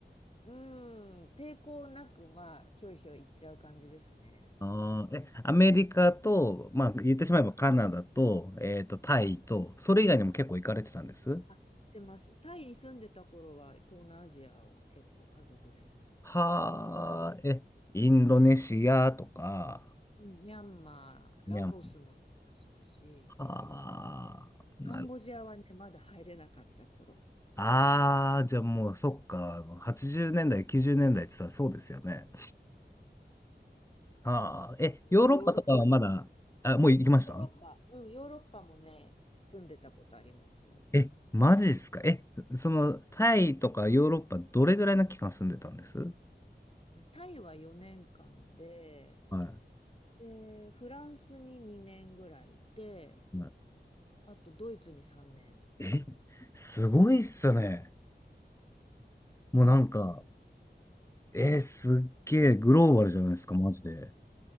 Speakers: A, on the left; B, on the left.
A: うん、抵抗なく、まあ、ひょいひょい行っちゃう感じですね。
B: あーえ、
A: 割と。
B: アメリカと、まあ、言ってしまえばカナダと、えっと、タイと、それ以外にも結構行かれてたんです
A: うんあ、行ってます。タイに住んでた頃は、東南アジアを結構家族で
B: はあ、
A: 旅して、
B: え、インドネシアとか、
A: うんミャンマー、
B: ミャンマ
A: ラオスも行きましたし、
B: ー、はあ、なる。
A: カンボジアはね、まだ入れなかった頃。
B: ああ、じゃあもう、そっか、80年代、90年代って言ったらそうですよね。はあ、え、
A: 今ヨーロッパ、
B: ヨーロッパとかはまだ、あ、もう行きました
A: ヨーロッパ、うん、ヨーロッパもね、住んでたことありますよ。
B: え、マジっすかえ、その、タイとかヨーロッパどれぐらいの期間住んでたんです
A: タイは4年間で、
B: はい。
A: で、フランスに2年ぐらいいて、
B: は
A: あとドイツに3年、
B: い。え、すごいっすね。もうなんか、えーすっげえグローバルじゃないですか、マジで。